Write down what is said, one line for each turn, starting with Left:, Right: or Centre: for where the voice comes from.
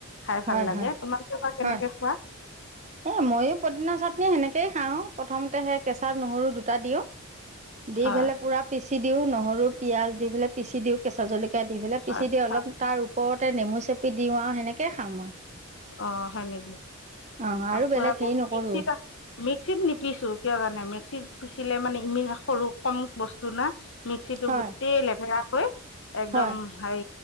Left: খাই
Right: হয়
Left: ভাল লাগে।
Right: হয়
Left: তোমালোকে বা কেনেকে
Right: হয়
Left: খোৱা!
Right: এ মইো পদিনা চাটনি সেনেকেই খাওঁ, প্ৰথমতে সেই কেঁচা নহৰু দুটা দিওঁ। দি
Left: হয়
Right: পেলই পুৰা পিচি দিওঁ, নহৰু পিয়াঁজ দি পেলাই পিচি দিওঁ কেঁচা জলক কিয়া দি পেলাই পিচি
Left: হয়
Right: দিওঁ অলপ,
Left: হয়
Right: তাৰ ওপৰতে নেমু চেপি দিও আৰু সেনেকে খাওঁ মই।
Left: অঁ, হয় নেকি?
Right: অঁ
Left: <unintelligible>
Right: আৰু বেলেগ হেৰি নকৰোঁ
Left: মিক্সিট, মিক্সিত নিপিছো কিয় জানে? মিক্সিত পিচিলে মানে ইমান সৰু কম বস্তু না, মিক্সিটো
Right: হয়
Left: গোটেই লেতেৰা হৈ একদম
Right: হয়
Left: চাই,